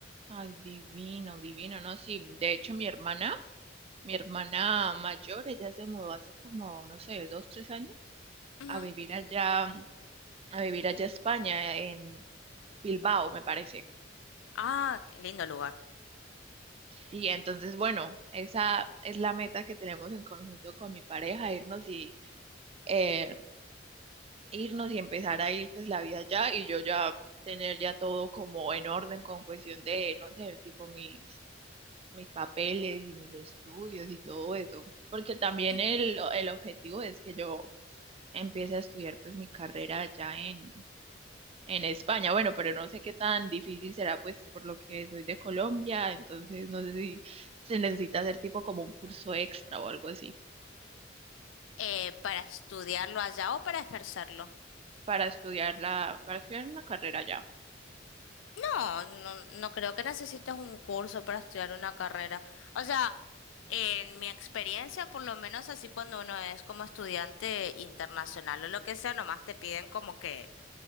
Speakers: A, on the right (about 30°); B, on the left (about 80°).
A: Ay, divino, divino, ¿no? Sí, de hecho mi hermana, mi hermana mayor, ella se mudó hace como, no sé, dos, tres años
B: Ujú.
A: a vivir allá a vivir allá a España, en Bilbao, me parece.
B: Ah, qué lindo lugar.
A: Y entonces, bueno, esa es la meta que tenemos en conjunto con mi pareja, irnos y eh, irnos y empezar a ir pues la vida allá y yo ya tener ya todo como en orden con cuestión de, no sé, tipo mis mis papeles y mis estudios y todo eso, porque también
B: Ujú.
A: el, el objetivo es que yo empiece a estudiar pues mi carrera allá en, En España, bueno, pero no sé qué tan difícil será, pues por lo que soy de Colombia, entonces no sé si se necesita hacer tipo como un curso extra o algo así
B: Eh, ¿para estudiarlo allá o para ejercerlo?
A: para estudiar la, para estudiar una carrera ya.
B: No, no, no creo que necesites un curso para estudiar una carrera. O sea, en mi experiencia, por lo menos así cuando uno es como estudiante internacional o lo que sea, nomás te piden como que